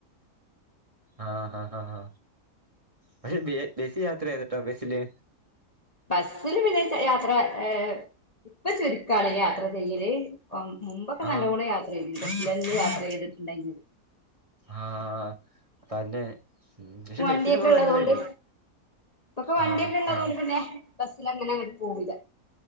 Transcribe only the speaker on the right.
ആ ഹാ, ഹാ ഹാ പക്ഷെ ബെസി യാത്ര ചെയ്തിട്ടോ ബെസില്
ആഹ്
ആഹ് തന്നെ. ഉം പക്ഷെ
ബസ്സില് പോവാൻ
നല്ലതല്ലേ
ആഹ്
ആഹ്